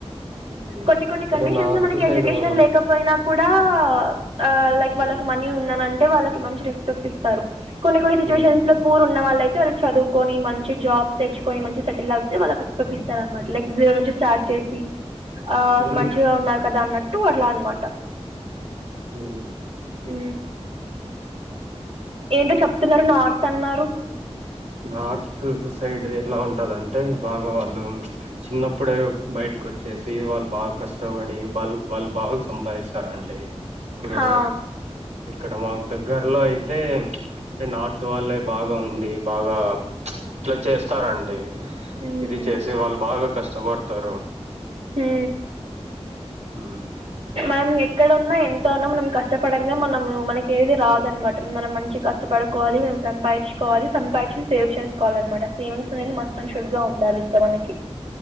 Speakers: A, on the right; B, on the right.
A: ఉమ్
B: కొన్ని కొన్ని
A: ఇక్కడ
B: కండిషన్స్
A: నార్త్
B: లో మనకి
A: సైడ్
B: ఎడ్యుకేషన్
A: వాళ్ళంతా
B: లేకపోయినా కూ డ ఆ లైక్ వాళ్ళకి
A: ఉమ్
B: మనీ ఉన్నానంటే వాళ్ళకి మంచి రెస్పెక్ట్ ఇస్తారు కొన్ని కొన్ని సిచువేషన్
A: ఉమ్
B: లో పూర్ ఉన్న వాళ్ళ అయి తారు చదువుకొని మంచి జాబ్ తెచ్చుకొని మంచి సెటిల్ అవుతే వాళ్ళకి ఫి పప్పపిస్తారు అనమాట లైక్ జీరో నుంచి స్టార్ట్ చేసి ఆ
A: ఉమ్
B: మంచిగా ఉన్నారు కదా అన్నట్టు అట్లా అనమాట
A: ఉ
B: ఉ ఏంటో చెప్తున్నారు నార్త్ అన్నారు
A: నార్త్ సైడ్ ఎలా ఉంటదంటే బాగా వాళ్ళు చిన్నప్పుడే బయటకు వ చ్చేసి వాళ్ళు బాగా కష్టపడి వాళ్ళ వాళ్ళు బాగా సంపాదిస్తారండి ఇప్పుడు
B: హా.
A: ఇక్కడ మాకు దగ్గరలో అయితే నార్త్ వాళ్లే బాగా ఉ ఉండి బాగా ఇట్లా చేస్తారండి
B: ఉమ్.
A: ఇది చేసి వాళ్ళు బాగా కష్టపడు తారు
B: ఉ
A: ఉమ్,
B: మనం ఎక్కడన్నా ఎం తానం మనం కష్టపడిందే మనం మనకి ఏది రాదు అనమాట మనం మంచి కష్టపడుకోవాలి మనం సంపాదించుకో కోవాలి సంపాదించి సేవ్ చేసుకోవాలి అన్నమాట సేవింగ్స్ అనేది మస్ట్ అండ్ షూడ్ గా ఉండాలి ఇంకా మనకి